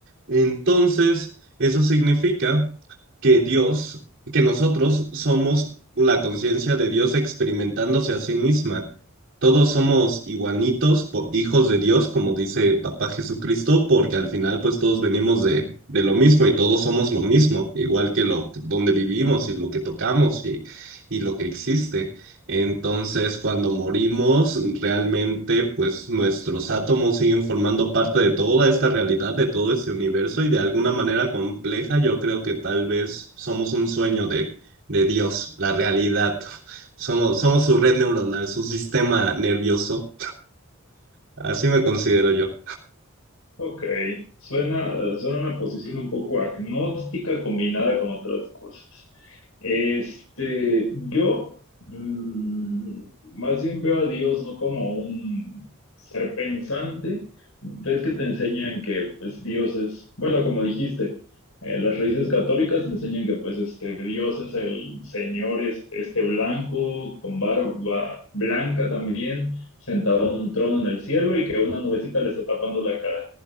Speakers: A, on the right; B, on the left.
A: Entonces, eso significa que Dios, que nosotros somos la conciencia de Dios experimentándose a sí misma. Todos somos igualitos, po- hijos de Dios, como dice Papá Jesucristo, porque al final pues todos venimos de, de lo mismo y todos somos lo mismo, igual que lo donde vivimos y lo que tocamos y, y lo que existe. Entonces, cuando morimos, realmente pues nuestros átomos siguen formando parte de toda esta realidad, de todo este universo y de alguna manera compleja, yo creo que tal vez somos un sueño de, de Dios, la realidad. Somos, somos su red neuronal, su sistema nervioso. Así me considero yo.
B: Ok, suena, suena una posición un poco agnóstica combinada con otras cosas. Este, yo mm, más bien veo a Dios no como un ser pensante. Ves que te enseñan que pues, Dios es, bueno, como dijiste, eh, las raíces católicas te enseñan que pues este Dios es el Señor, es- este blanco, con barba blanca también, sentado en un trono en el cielo y que una nubecita le está tapando la cara.